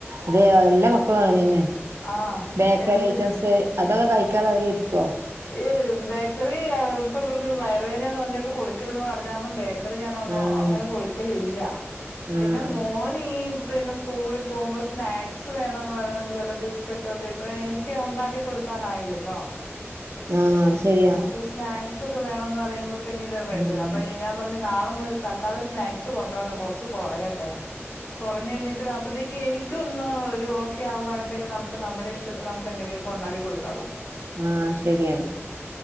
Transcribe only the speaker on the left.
ആ
എന്ത്
ഈ ബേക്കറി ഇപ്പ ഇവർക്ക് വയറവേദനയെന്ന് പറഞ്ഞകൊണ്ട് കൊടുക്കരുതെന്ന് പറഞ്ഞ കാരണം ബേക്കറി ഞാൻ
അങ്ങനെ കൊടു ക്കലില്ല പിന്നെ
മോന് ഈ പിന്നെ സ്കൂളിൽ പോകുമ്പോൾ സ്നാക്സ് വേണ എന്ന് പറയണ്ട് വല്ല ബിസ്ക്കറ്റ് ഒക്കെ ഇപ്പൊ എനിക്ക് ഉണ്ടാക്കി കൊടുക്കാനായില്ലല്ലോ
അപ്പൊ സ്നാക്സ് ഒക്കെ വേണോ ന്ന് പറയുമ്പോ പിന്നെ ഇത മേടിച്ചതത്
അപ്പൊ ഞാൻ പറഞ്ഞു നാളെ മുതൽ തക്കാലം സ്നാക്സ് കൊണ്ടോണ്ട കൊറച്ച് കൊറയട്ടെ കുറഞ്ഞ ഴിഞ്ഞിട്ട് അപ്പത്തേക്ക് എനിക്ക് ക്ക് ഒന്ന് ഒരു ഓക്കെ ആകുവാണെ പിന്നെ നമുക്ക് നമ്മുടെ ഇഷ്ടത്തിന് നമുക്ക് എന്തെങ്കിലുമൊക്കെ ഉണ്ടാക്കി കൊടുക്കാലോ